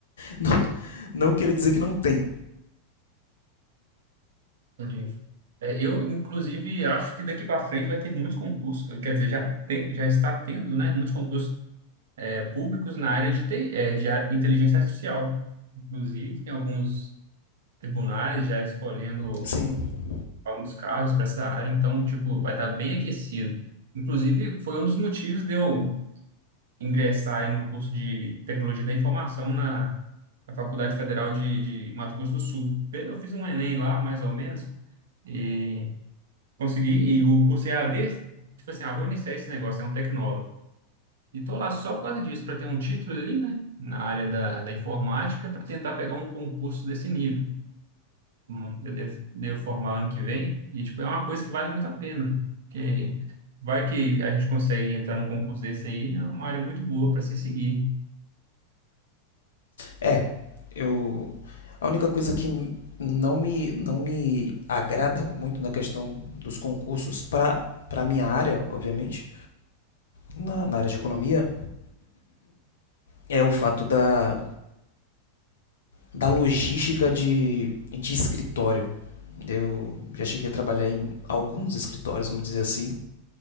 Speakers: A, on the left; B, on the right.
A: não, não querer dizer que não tem.
B: entendi. É, eu, inclusive, acho que daqui para frente vai ter muitos concursos, quer dizer, já tem, já está tendo, né, muitos concursos é, públicos na área de, TI, é, de a- inteligência artificial. Inclusive, tem alguns tribunais já escolhendo
A: Sim.
B: alguns cargos para essa área, então, tipo, vai estar bem aquecido. Inclusive, foi um dos motivos de eu ingressar aí no curso de Tecnologia da Informação na, na Faculdade Federal de, de Mato Grosso do Sul. Eu fiz um Enem lá, mais ou menos, e consegui, e o curso EAD, tipo assim, ah, vou iniciar esse negócio, é um tecnólogo. E tô lá só por causa disso, para ter um título ali, né, na área da, da informática, para tentar pegar um concurso desse nível hum, eu devo, devo formar ano que vem, e tipo, é uma coisa que vale muito a pena, porque vai que a gente consegue entrar num concurso desse aí, é uma área muito boa para se seguir.
A: É, eu a única coisa que não me não me agrada muito na questão dos concursos para para minha área, obviamente, na, na área de economia, é o fato da da logística de, de escritório. Eu já cheguei a trabalhar em alguns escritórios, vamos dizer assim,